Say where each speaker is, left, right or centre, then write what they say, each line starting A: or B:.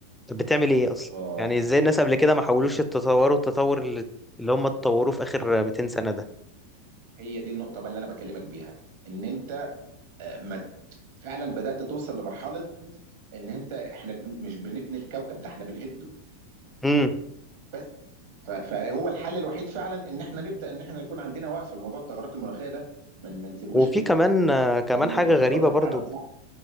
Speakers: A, in the centre; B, on the right (about 50°).
A: كانت بتعمل ايه اصلا
B: اه
A: يعني ازاي الناس قبل كده ما حاولوش يتطوروا التطور اللي, اللي هم اتطوروا في اخر 200 سنة ده
B: هي دي النقطه بقى اللي انا بكلمك بيها ان انت ما فعلا بدأت توصل لمرحلة ان انت احنا بن- مش بنبني الكوكب ده احنا بنهده
A: امم
B: بس ف- فهو الحل الوحيد فعلا ان احنا نبدأ ان احنا يكون عندنا وقفة لموضوع التغيرات المناخية ده ما من ما نسيبهوش
A: وفي
B: كده
A: كمان آه، كمان
B: لان
A: حاجة
B: ال- الوضع
A: غريبة برضو
B: فعلا صعب